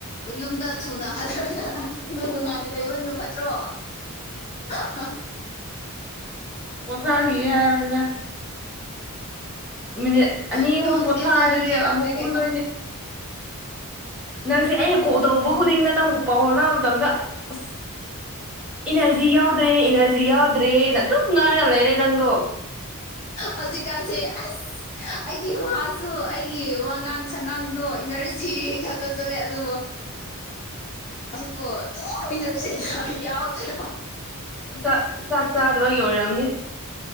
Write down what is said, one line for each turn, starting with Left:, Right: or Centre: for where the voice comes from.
Left: ꯌꯨꯝꯗ ꯊꯨꯅ ꯍꯜꯂꯣꯅ <unintelligible> ꯑꯗꯨ ꯅꯨꯡꯉꯥꯏꯅ ꯂꯩꯕꯅ ꯐꯠꯇ꯭ꯔꯣ ꯑ <unintelligible>
Centre: ꯄꯣꯊꯈꯤꯒꯦ ꯍꯥꯏꯕꯅꯤꯗ ꯃꯤꯅꯤꯠ ꯑꯅꯤ
Left: ꯅꯣꯛꯅꯤꯡꯉꯥꯏꯁꯨ
Centre: ꯑꯍꯨꯝ ꯄꯣꯊꯥꯔꯗꯤ
Left: ꯏꯅꯔꯖꯤ ꯌꯥꯎꯗ꯭ꯔꯦ
Centre: ꯑꯃꯨꯛ ꯀꯨꯝꯗꯣꯏꯅꯤ
Left: ꯀꯩꯅꯣ
Centre: ꯅꯪꯁꯦ ꯑꯩꯅ ꯒꯣꯜ ꯇꯧꯕ ꯈꯨꯗꯤꯡꯗ ꯅꯪꯕꯨ ꯄꯥꯎ ꯐꯧꯅꯕ ꯃꯇꯝꯗ ꯑꯁ ꯏꯅꯥꯔꯖꯤ ꯌꯥꯎꯗ꯭ꯔꯦ ꯏꯅꯥꯔꯖꯤ ꯌꯥꯎꯗ꯭ꯔꯦꯅ ꯑꯗꯨꯝ ꯉꯥꯏꯔꯒ ꯂꯩꯔꯦ ꯅꯪꯗꯣ
Left: ꯍꯧꯖꯤꯛ ꯀꯥꯟꯁꯦ ꯑꯁ ꯑꯩꯒꯤ ꯋꯥꯁꯨ ꯑꯩꯒꯤ ꯋꯥꯉꯥꯡ ꯁꯉꯥꯡꯗꯣ ꯏꯅꯥꯔꯖꯤ ꯈꯛꯇ ꯆꯠꯂꯦ ꯑꯗꯨꯕꯨ ꯑꯗꯨꯕꯨ ꯑꯗꯨꯝ ꯢꯅꯥꯔꯖꯤ ꯌꯥꯎꯗ꯭ꯔꯦ
Centre: ꯆꯥꯛ ꯆꯥꯛ ꯆꯥꯗꯕꯒꯤ ꯑꯣꯢꯔꯝꯅꯤ